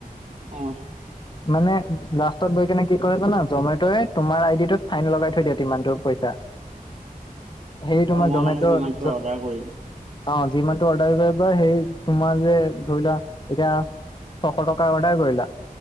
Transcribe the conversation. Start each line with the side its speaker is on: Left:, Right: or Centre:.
Right: অ
Left: মানে লাষ্টত গৈ কিনে কি কৰে জানা জমেটয়ে তোমাৰ আই ডি টোত ফাইন লগাই থৈ দিয়া তিমানটো পইচা সেই তোমাৰ
Right: অ মই
Left: জমেট'
Right: মানে যিমানটো
Left: জ
Right: অৰ্ডাৰ কৰিম
Left: অ যিমানটো অৰ্ডাৰ কৰিবা সেই তোমাৰ যে ধৰি লোৱা এতিয়া ছশ টকা অৰ্ডাৰ কৰিলা